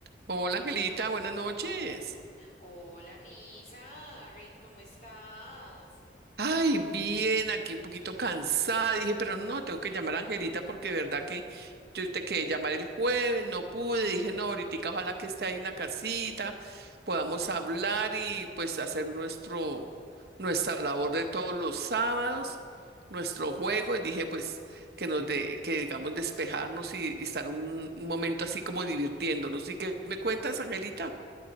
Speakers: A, on the right (about 60°); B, on the left (about 40°).
A: Hola Angelita, buenas noches.
B: Hola, Misa, ay, ¿cómo estás?
A: Ay, bien, aquí un poquito cansada. Dije, pero no, tengo que llamar a Angelita porque de verdad que yo te quedé llamar el jueves, no pude. Dije, no, ahorita ojalá que esté ahí en la casita, podamos hablar y pues hacer nuestro, nuestra labor de todos los sábados, nuestro juego. Y dije, pues que nos de, que digamos despejarnos y, y estar un, un momento así como divirtiéndonos. ¿Y qué me cuentas, Angelita?